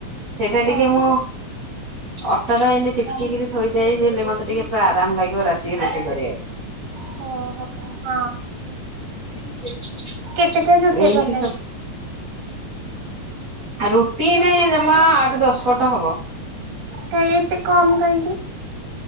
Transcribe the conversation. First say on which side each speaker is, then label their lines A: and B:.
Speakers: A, on the right (about 30°); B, on the right (about 85°).
A: ସେଇଟା ଟିକେ
B: ଓହୋ
A: ମୁଁ ଅଟା ଟା ଏଇନେ ଚିଟକ ଥୋଇ ଦେଲେ ମତେ ଟିକେ ପୁରା ଆରାମ ଲାଗିବ ରାତିରେ ରୁଟି କରିବାକୁ।
B: ହଁ
A: <unintelligible>
B: କେତେଟା ରୁଟି
A: ଏମିତି
B: ବନାନ୍ତି?
A: ସବୁ ରୁଟି ଏଇନେ ଜମା ଆଠ ଦଶ ପଟ ହବ।
B: କାଇ ଏତେ କମ୍ କାହିଁକି?